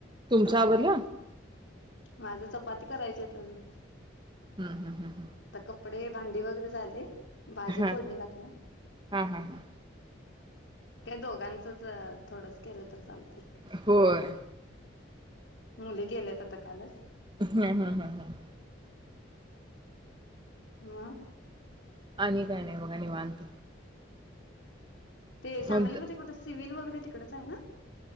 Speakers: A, on the right; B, on the left.
A: तुमच आवरल
B: माझ चपाती करायचयत अजून
A: हम् हम हम्
B: आता कपडे भांडी वगैरे झाले. भाजी
A: हा
B: फोडणी घातल्या
A: हा हा हा
B: काय दोघांचच अ थोडंच केलं तरी चालतय.
A: होय
B: मुली गेल्यात आता कालच
A: हम्म हम्म हम्म हम्म
B: म
A: आणि काय नाही बघा निवांत
B: ते सांगली
A: मग
B: मदे कुठ सिव्हींल वगैरे इकडच आहे ना!